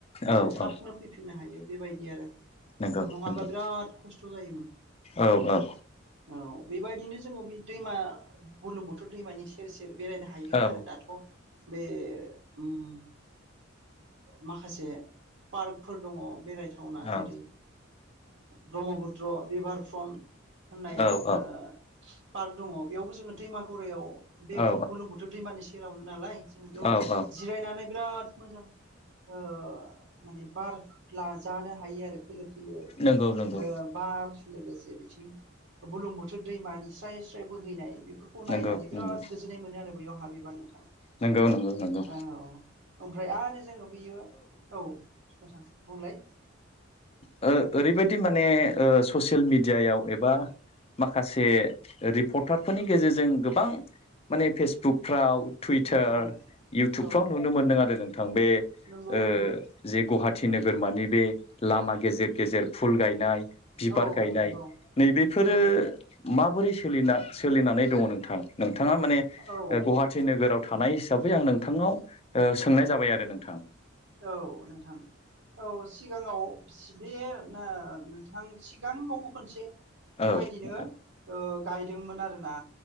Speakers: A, on the right (about 70°); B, on the left (about 30°).
A: एसे
B: औ
A: थाबनो
B: औ
A: फैफिननो हायो बेबायदि आरो
B: नंगौ
A: नङाबा
B: नंगौ
A: बिराद खस्थ' जायोमोन
B: औ औ
A: औ बेबायदिनो जोङो बे दैमा बुलुंबुथुर दैमानि सेर सेर बेरायनो हायो
B: औ
A: आरो दाथ' बे ओम माखासे पार्कफोर दङ' बेराय थावना
B: औ
A: जेरै ब्रह्मपुत्र रिभार फ्रन्ट होननाय
B: औ
A: ओ पार्क दङ' बेयावबो जोङो दैमा गरायाव बे
B: औ
A: बुलुंबुथुर दैमानि सेरावनो नालाय जोंङो बेयाव
B: औ औ
A: जिरायनानै बिराद मोजां ओ माने बार लाजानो हायो आरो खोलो खोल़ो
B: नंगौ नंगौ
A: ओ बार लोगोसे बिथिं बुरलुंबुथुर दैमानि स्राय स्राय बोहैनाय बेफोरखौ
B: नंगौ
A: नायनानै
B: नंगौ
A: बिराद गोजोननाय मोनो आरो बैयाव हाबैबा नोंथां
B: नंगौ नंगौ नंगौ
A: औ ओमफ्राय आरो जोङो बैयो औ नोंथां बुंलाय
B: ओ ओरैबायदि माने ओ ससियेल मिडियायाव एबा माखासे रिपर्टारफोरनि गेजेरजों गोबां माने फेसबुकफ्राव टुइटार
A: औ
B: इउटुबफ्राव
A: औ
B: नुनो मोनदों आरो नोंथां बे ओ
A: नंगौ नंगौ
B: जे गुहाट थि नोगोरमानि बे लामा गेजेर गेजेर फुल गायनाय बिबार
A: औ
B: गायनाय
A: नंगौ
B: नैबेफोरो
A: नंगौ
B: माबोरै सोलिना सोलिनानै दङ' नोंथां नोंथाङा माने
A: औ
B: गुहाटि नोगोराव थानाय हिसाबै आं नोंथांनाव ओ सोंनाय जाबाय आरो नों
A: औ नोंथां औ सिगाङाव बे नोंथां सिगाङावबो खोनसे बेबायदिनो
B: औ नोंथां
A: ओ गायदोंमोन आरोना।